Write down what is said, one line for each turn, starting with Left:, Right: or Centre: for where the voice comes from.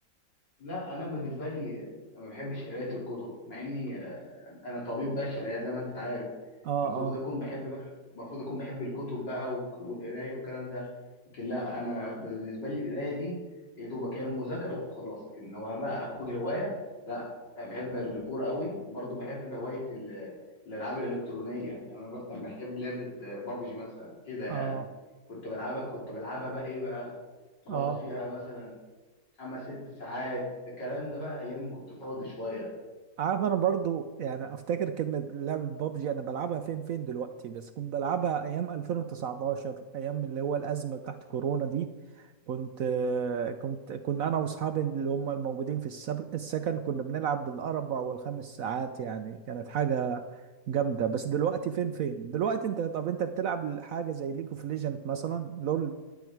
Left: لا انا بالنسبه لي آه، ما بحبش قرايه الكتب مع اني آه، انا طبيب بشري يعني زي ما انت عارف
Right: اه
Left: المفروض
Right: اه
Left: اكون بحب بقى المفروض اكون بحب الكتب بقى وك- والقرايه والكلام ده لكن لا انا بالنسبه لي القرايه دي يا دوبك هي مذاكره وخلاص لكن لو بقى اخد هوايه لا أنا بحب الكوره قوي وبرضه بحب هوايه ال- الالعاب الالكترونيه يعني انا مثلا بحب لعبه بابجي مثلا كده
Right: اه
Left: يعني كنت بلعبها كنت بلعبها بقى ايه بقى كنت
Right: اه
Left: بقعد فيها مثلا خمس ست ساعات الكلام ده بقى ايام ما كنت فاضي شويه
Right: عارف انا برضو يعني افتكر كلمة لعبة بابجي انا بلعبها فين فين دلوقتي بس كنت بلعبها ايام 2019 ايام اللي هو الازمة بتاعت كورونا دي كنت كنت كنا انا واصحابي اللي هم الموجودين في السب- السكن كنا بنلعب بالاربع والخمس ساعات يعني كانت حاجة جامدة بس دلوقتي فين فين دلوقتي انت طب انت بتلعب حاجة زي ليج اوف ليجند مثلا لول